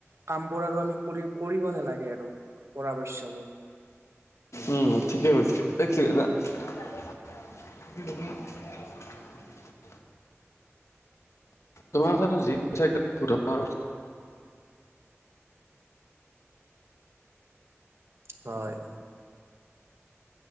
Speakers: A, on the right (about 65°); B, on the left (about 75°).
A: কাম বোৰ আৰু আমি কৰি কৰিব নালাগে আৰু পৰা পৰাপক্ষলৈ।
B: উম ঠিকেই কৈছ, এক ছেকেণ্ড হা। <unintelligible> তোমাৰ কথাটো যি একদম
A: হয়।